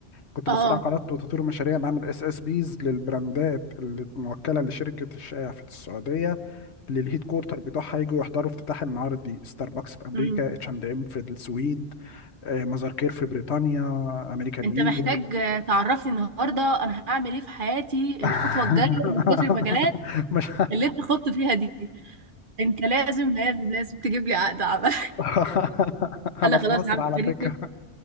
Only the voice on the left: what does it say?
كنت
مسؤول عن قرارات وتطوير المشاريع بعمل اس اس بيز للبراندات الموكلة لشركة الشايع في السعودية للهيد كورتر بتوعها يجوا يحضروا افتتاح المعارض دي ستاربكس في امريكا
اتش اند ام في السويد آه، مزار كير في بريطانيا امريكان
ايجل
<laughs>
مش
<laughs>
انا
في مصر
على
فكرة